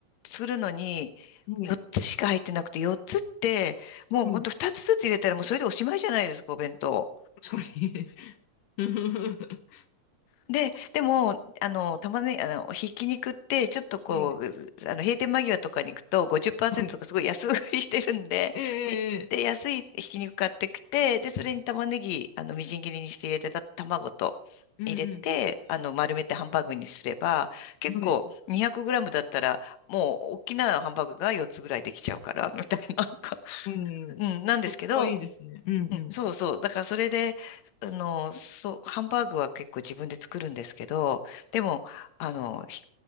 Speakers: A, on the left; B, on the left.
A: するのに4つしか入ってなくて、
B: はい
A: 4つって、もうほんと2つずつ入れたらもうそれでおしまいじゃないですか、
B: はいはい
A: お弁当。
B: 確かに。<laughs>
A: で、でも、あの、玉ね、あの、ひき肉って、ちょっとこう、
B: はい。
A: あの、閉店間際とかに行くと50%
B: はい。
A: とかすごい安売りしてるんで、
B: ええええ
A: で、で、安いひき肉買ってきて、で、それに玉ねぎ、あの、みじん切りにして入れてた卵と入れて、
B: うん
A: あの、丸めてハンバーグにすれば、結構2
B: うん。はい。
A: 0 0ムだったら、もう、大きなハンバーグが4つぐらいできちゃうから、みたいな、<laughs> なんか
B: 確かに、
A: うん、なんですけど、
B: コスパいいですね。うんうん。
A: うん、そうそう。だからそれで、あの、そう、ハンバーグは結構自分で作るんですけど、でも、あの、ひ